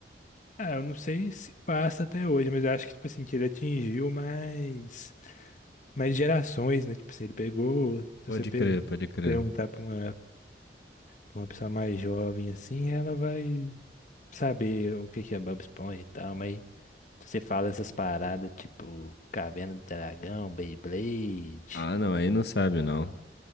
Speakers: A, on the left; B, on the left.
A: Ah, eu não sei se passa até hoje, mas eu acho que, tipo assim, que ele atingiu mais, mais gerações, né? Tipo assim, ele pegou. Se
B: Pode
A: você per-
B: crer, pode crer.
A: perguntar pra uma, pra uma pessoa mais jovem, assim, ela vai saber o que que é Bob Esponja e tal, mas se você fala essas paradas, tipo Caverna do Dragão, Beyblade,
B: Ah, não, aí não sabe, não.